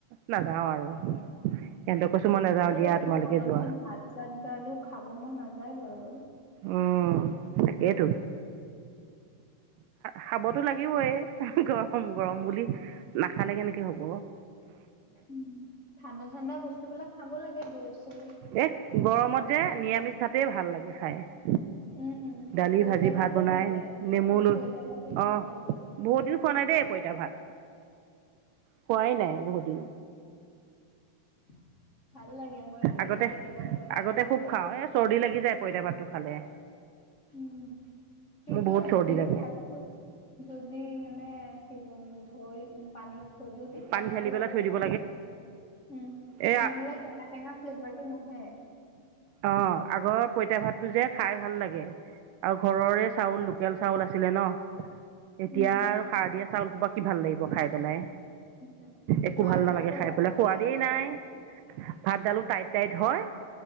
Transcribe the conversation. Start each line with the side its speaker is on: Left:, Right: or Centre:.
Right: নাযাওঁ আৰু এহতক কৈছো মই নাযাও
Left: আৰু
Right: দিয়া। তোমালোকে
Left: গৰমত
Right: যোৱা
Left: ভাত চাত গালো খাব মন নাযায় বাৰু।
Right: অ তাকেইতো। খাবতো লাগিবই গৰম গৰম বুলি নাখালে কেনেকে হ'ব।
Left: উ ঠাণ্ডা ঠাণ্ডা বস্তুবিলাক খাব লাগে দৈ চৈ।
Right: এই গৰমত যে নিৰামিষ ভাতেই ভাল লাগে খাই।
Left: উম।
Right: দালি
Left: পইতা
Right: ভাজি
Left: ভাতে
Right: ভাত বনাই
Left: ভাল লাগে মইতো
Right: নেমু ল
Left: পইতা ভাতে খাওঁ
Right: অ
Left: বেছি।
Right: বহুত দিন খোৱা নাই দেই পইতা ভাত। খোৱাই নাই বহুত দিন।
Left: <unintelligible> লাগে মই ৰাতিপুৱা
Right: আগতে
Left: কেতিয়াবা পইতা
Right: আগতে
Left: ভাতে
Right: খুব
Left: খাই
Right: খাওঁ
Left: দিওঁ
Right: এ চৰ্দি লাগি যায় পঁইতা ভাতটো খালে।
Left: উম কিন্তু
Right: মোৰ বহুত
Left: ৰাতিৰে
Right: চৰ্দি লাগে
Left: ভাতটো যদি মানে। উম ধুই পানীত থৈ দিওঁ তেতিয়া
Right: পানী
Left: ভাল
Right: ঢালি পেলাই
Left: লাগে
Right: থৈ দিব
Left: খাই পেলে। উম
Right: এই
Left: নহ'লে টেঙা টেঙা ফ্লেভাৰটো নাহে।
Right: অ আগৰ পইতা ভাতটো যে। খাই ভাল লাগে আৰু ঘৰৰে চাউল লোকেল চাউল আছিলে ন। এতিয়া
Left: উম,
Right: আৰু সাৰ দিয়া চাউল হোপা কি ভাল লাগিব খাই পেলাই
Left: তাকে।
Right: একো
Left: মাৰ
Right: ভাল নালাগে
Left: ভাতো
Right: খাই
Left: ভাল
Right: পেলাই
Left: লাগে
Right: সোৱাদেই
Left: আগৰ
Right: নাই ভাতডালো টাইট টাইট হয়